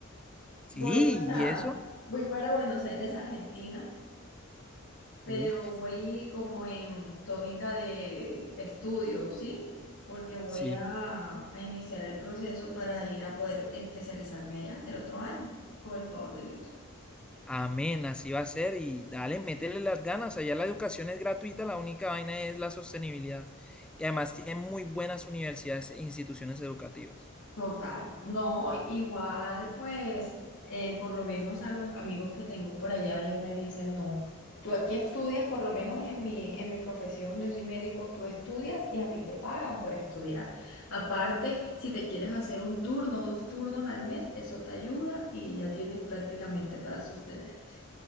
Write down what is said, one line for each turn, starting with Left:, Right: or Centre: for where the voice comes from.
Centre: Sí,
Left: Voy para,
Centre: ¿y eso?
Left: voy para Buenos Aires, Argentina. pero
Centre: Uf,
Left: voy como en tónica de eh, estudio, ¿sí? Porque voy
Centre: sí.
Left: a, a iniciar el proceso para ir a poder especializarme allá el otro año, con el favor de Dios.
Centre: Amén, así va a ser. Y dale, métele las ganas. Allá la educación es gratuita, la única vaina es la sostenibilidad. Y además tienen muy buenas universidades e instituciones educativas.
Left: Total. No, igual, pues, eh, por lo menos a los amigos que tengo por allá, ellos me dicen, no, tú aquí estudias, por lo menos en mi, en mi profesión, yo soy médico, tú estudias y a ti te pagan por estudiar. Aparte, si te quieres hacer un turno o dos turnos al mes, eso te ayuda y ya tienes prácticamente para sostenerte.